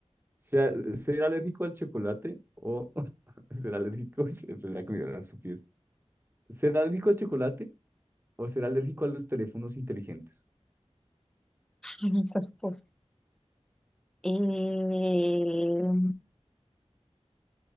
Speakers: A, on the right; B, in the centre.
A: ¿Sea- ¿Ser alérgico al chocolate o <laughs> ser alérgico? <laughs> Pues la comida era su pieza. ¿Ser alérgico al chocolate o ser alérgico a los teléfonos inteligentes?
B: Ay, Esas cosas. Eh,